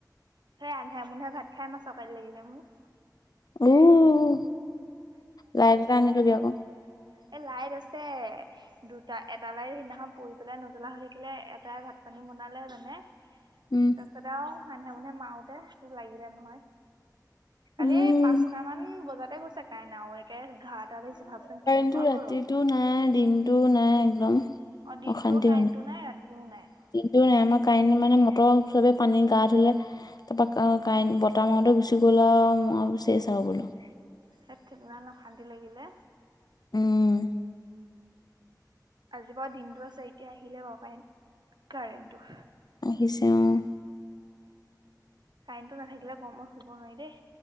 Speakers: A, on the right; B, on the left.
A: সেই আন্ধাই মন্ধাই ভাত খাই মাছ কাঁইট লাগিলে মোক।
B: উম, লাইট এটা আনিলবি আকৌ
A: এ লাইট আছে। দুটা এটা লাইট সেইদিনাখন পৰি পেলাই নজ্বলা হৈ থাকিলে এটাই ভাত পানী বনালে মানে
B: উম।
A: তাৰপাছত আৰু মানুহে বোলে মাৰোতে তোক লাগিলে নহয় কালি
B: উম
A: পাঁচটা ইমান বজাতে গৈছে কাইনা আৰু একে ঘৰতে আহিছে ভাবচোন কেনেকুৱা
B: কিন্তু ৰাতিটো
A: গৰম
B: নাই দিনতটো নাই একদম
A: অ', দিনটোও
B: অশান্তি
A: কাৰেণ্টটো
B: মানে
A: নাই ৰাতিও নাই।
B: দিনটো নাই আমাৰ কাৰেণ্ট মানে মটৰ চবে পানী গা ধুলে তাৰপৰা কাৰেণ্ট বতাহ মাৰোতে গুচি গ'ল আৰু চেই চ আৰু বোলো
A: সেই ঠিক ইমান অশান্তি লাগিলে
B: উম।
A: আজিৰ বাৰু দিনটো আছে এতিয়া আহিলে বাৰু কাই কাৰেণ্টো
B: আহিছে অ',
A: কাৰেণ্টটো নাথাকিলে গৰমত শুব নোৱাৰি দেই